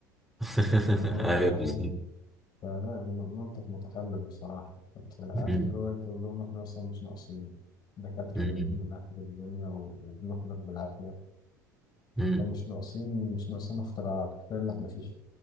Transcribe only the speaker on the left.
فهو أهو
<laughs> فلا الم- منطق متخلف بصراحة بت- عارف
اللي هو تقول لهم إحنا أصلا مش ناقصين دكاترة
جايين من آخر الدنيا و- وبنحضر بالعافية
فمش ناقصين مش ناقصين اختراعات كفاية اللي إحنا فيه